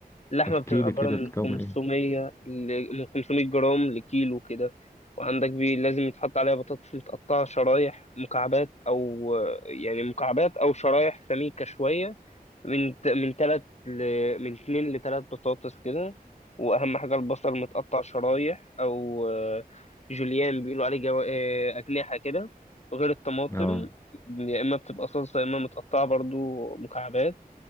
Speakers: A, on the left; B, on the left.
A: اللحمة
B: احكي
A: بتبقى
B: لي
A: عبارة
B: كده
A: من
B: بتكون
A: 500
B: إيه
A: ل... من 500 جرام لكيلو كده وعندك بي لازم يتحط عليها بطاطس متقطعة شرايح مكعبات أو <hesitation> يعني مكعبات أو شرايح سميكة شوية من ت... من تلات ل... من اتنين لتلات بطاطس كده وأهم حاجة البصل متقطع شرايح أو <hesitation> آه، جوليان بيقولوا عليه جو... آه، أجنحة كده غير الطماطم
B: اه
A: يا إما بتبقى صلصة يا إما متقطعة برضو مكعبات